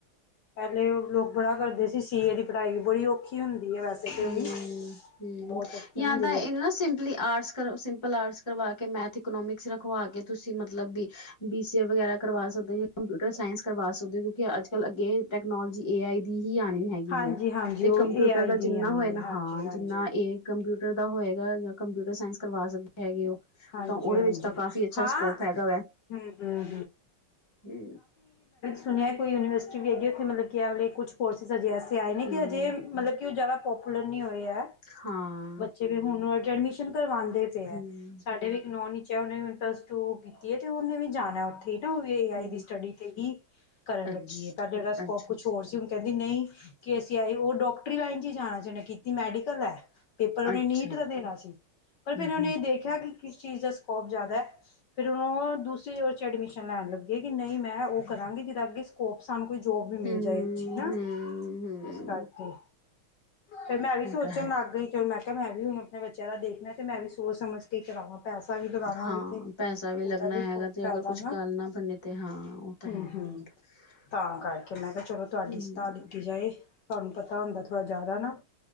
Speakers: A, on the left; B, on the left.
A: ਪਹਿਲੇ ਲੋਕ ਬੜਾ ਕਰਦੇ ਸੀ, ਸੀਏ ਦੀ ਪੜ੍ਹਾਈ ਵੀ ਬੜੀ ਔਖੀ ਹੁੰਦੀ ਐ ਵੈਸੇ ਤਾਂ
B: ਹੂੰ-ਹੂੰ,
A: ਉਹ ਵੀ ਬਹੁਤ ਔਖੀ
B: ਜਾਂ
A: ਹੁੰਦੀ
B: ਤਾਂ
A: ਹੈ
B: ਇਹ ਨਾ ਸਿੰਮਪਲੀ ਆਟਸ ਕਰ, ਸਿੰਪਲ ਆਟਸ ਕਰਵਾ ਕੇ, ਮੈਥ, ਇਕੋਨੋਮਿਕਸ ਰਖਵਾ ਕੇ, ਤੁਸੀਂ ਮਤਲਬ ਵੀ ਬੀ ਸੀ ਏ ਵਗੈਰਾ ਕਰਵਾ ਸਕਦੇ ਓ। ਕੰਪਿਊਟਰ ਸਾਇੰਸ ਕਰਵਾ ਸਕਦੇ। ਕਿਉਂਕਿ, ਅੱਜ-ਕੱਲ੍ਹ ਅੱਗ਼ੇ ਇਹ ਨੌਲੇਜ, ਏ ਆਈ, ਦੀ ਹੀ ਆਂਣੀ ਹੈਗੀ
A: ਹਾਂਜੀ
B: ਏ
A: ਹਾਂਜੀ
B: ਤੇ
A: ਉਹ
B: ਕੰਪਿਊਟਰ
A: ਏ ਆਈ
B: ਦਾ
A: ਦੀ
B: ਜਿੰਨਾ
A: ਆਣੀ
B: ਹੋਏ ਨਾ
A: ਹੈ ਹਾਂਜੀ
B: ਹਾਂ,
A: ਹਾਂਜੀ
B: ਜਿੰਨਾ ਇਹ ਕੰਪਿਊਟਰ ਦਾ ਹੋਏਗਾ। ਕੰਪਿਊਟਰ ਸਾਇੰਸ, ਕਰਵਾ ਸਕਦੇ ਹੈਗੇ ਓ।
A: ਹਾਂਜੀ
B: ਤਾਂ, ਉਹਦੇ
A: ਹਾਂਜੀ
B: ਵਿੱਚ ਤਾਂ ਕਾਫ਼ੀ ਅੱਛਾ
A: ਹਾਂ
B: ਸਕੋਪ ਹੈਗਾ ਵੈ।
A: ਹਮ ਹਮ
B: ਹੂੰ।
A: ਸੁਨਿਆ ਕੋਈ ਯੂਨੀਵਰਸਿਟੀ ਵੀ ਹੈਗੀ ਐ। ਉੱਥੇ ਮਤਲਬ ਐਹ ਵਾਲੇ ਕੁਛ ਕੋਰਸਿਸ ਅਜੇ ਐਸੇ ਆਏ ਨੇ, ਕਿ
B: ਹਮ
A: ਅਜੇ ਮਤਲਬ ਕਿ ਜ਼ਿਆਦਾ ਪੋਪੂਲਰ ਨੀ ਹੋਏ ਐ।
B: ਹਾਂ।
A: ਫਿਰ ਏ ਹੁਣ, ਅੱਜ ਐਡਮਿਸ਼ਨ ਕਰਵਾਂਦੇ ਪਏ ਐ।
B: ਹਮ
A: ਸਾਡੇ ਵੀ ਇੱਕ ਨੋ-ਨਿਚ ਐ। ਉਹਨੇ ਵੀ ਹੁਣ ਪਲੱਸ-ਟੂ ਕੀਤੀ ਏ ਤੇ ਉਹਨੇ ਵੀ ਜਾਣਾ ਉੱਥੇ ਹੁਣ, ਏ ਆਈ
B: ਹਮ
A: ਦੀ ਸਟੱਡੀ ਤੇ ਹੀ ਕਰਨ
B: ਅੱਛ
A: ਲੱਗੀ ਏ। ਪਹਿਲੇ ਉਹਦਾ ਸਕੋਪ
B: ਅੱਛਾ
A: ਕੁਛ
B: ਅੱਛਾ
A: ਹੋਰ ਸੀ। ਹੁਣ ਕਹਿੰਦੀ ਨਹੀਂ ਕਿ, ਅਸੀਂ ਆਈ ਉਹ ਡੋਕਟਰੀ ਲਾਈਨ 'ਚ ਜਾਣਾ ਸੀ, ਉਹਨੇ ਕੀਤੀ ਮੈਡੀਕਲ ਐ। ਪੇਪਰ ਉਹਨੇ
B: ਅੱਛਾ।
A: ਨੀਟ ਦਾ
B: ਹੂੰ
A: ਦੇਣਾ ਸੀ। ਪਰ, ਫਿਰ ਉਹਨੇ
B: ਹੂੰ।
A: ਇਹ ਦੇਖਿਆ ਕਿ ਕਿਸ ਚੀਜ਼ ਦਾ ਸਕੋਪ ਜ਼ਿਆਦਾ। ਫਿਰ, ਉਹ ਦੂਸਰੀ ਰ 'ਚ ਐਡਮਿਸ਼ਨ ਲੈਣ ਲੱਗੀਏ। ਕਿ ਨਹੀਂ ਮੈਂ ਉਹ ਕਰਾਂਗੀ, ਜਿਹਦਾ ਅੱਗੇ ਸਕੋਪ ਸਾਨੂੰ ਕੋਈ ਜੋਬ ਵੀ ਮਿਲ
B: ਹੂੰ
A: ਜਾਏ ਇੱਥੀ ਨਾ।
B: ਹੂੰ ਹੂੰ।
A: ਇਸ ਕਰਕੇ ਫੇਰ, ਮੈਂ ਵੀ ਸੋਚਣ
B: ਉਹ ਤਾਂ ਹੈ
A: ਲੱਗ ਗਈ। ਫਿਰ ਮੈਂ ਕਿਹਾ, ਮੈਂ ਵੀ ਹੁਣ ਆਪਣੇ ਬੱਚਿਆਂ ਦਾ ਦੇਖਣਾ ਤੇ ਮੈਂ ਵੀ, ਸੋਚ ਸਮਝ ਕੇ ਈ ਕਰਾਵਾਂ। ਪੈਸਾ ਵੀ ਲਗਾਵਾਂਗੇ
B: ਹਾਂ,
A: ਤੇ
B: ਪੈਸਾ ਵੀ
A: ਉਹਦਾ
B: ਲੱਗਣਾ ਹੈਗਾ
A: ਕੋਈ
B: ਤੇ
A: ਫਾਇਦਾ
B: ਅਗਰ ਕੁਛ ਕਰ ਨਾ ਬਨੇ ਤੇ ਹਾਂ। ਤਾਂ
A: ਹੂੰ ਹੂੰ
B: <unintelligible>
A: ਤਾਂ ਕਰਕੇ ਮੈਂ ਕਿਹਾ ਚਲੋ, ਤੁਹਾਡੀ
B: ਹੂੰ
A: ਸਤਾਹ ਲਿੱਤੀ ਜਾਏ। ਤੁਆਨੂੰ ਪਤਾ ਹੁੰਦਾ ਥੋੜਾ ਜਾਦਾ ਨਾ,